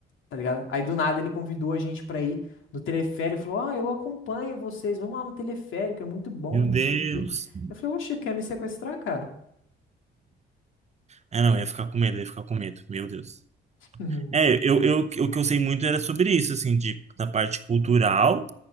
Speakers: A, on the left; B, on the right.
A: tá ligado? Aí do nada ele convidou a gente pra ir no teleférico, falou: Ah, eu acompanho vocês, vamos lá no teleférico, é muito bom,
B: Meu
A: não
B: Deus.
A: sei o quê. Eu falei: Oxe, quer me sequestrar, cara?
B: É, não, eu ia ficar com medo, eu ia ficar com medo. Meu Deus.
A: <laughs>
B: É, eu, eu, o que eu sei muito era sobre isso, assim, de, da parte cultural,